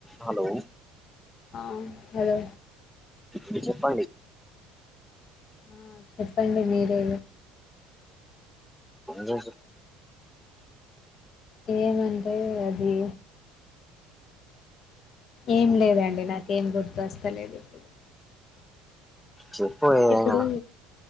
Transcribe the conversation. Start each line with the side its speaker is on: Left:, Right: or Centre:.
Centre: Hello
Left: ఆ hello
Centre: వి చెయప్ప
Left: ఆ చెప్పండి మీరే
Centre: రోజు
Left: ఏమంటే అది ఏం లేదండి నాకేం గుర్తు వస్తలేదు ఇప్పుడు
Centre: చెప్పు ఏదైనా
Left: ఇప్పుడు